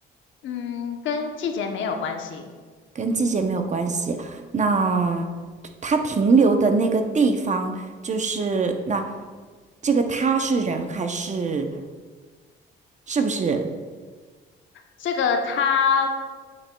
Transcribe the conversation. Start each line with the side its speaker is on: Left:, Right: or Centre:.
Left: 嗯，跟季节没有关系。
Right: 跟季节没有关系。那它停留的那个地方，就是那这个它是人还是是不是
Left: 这个它，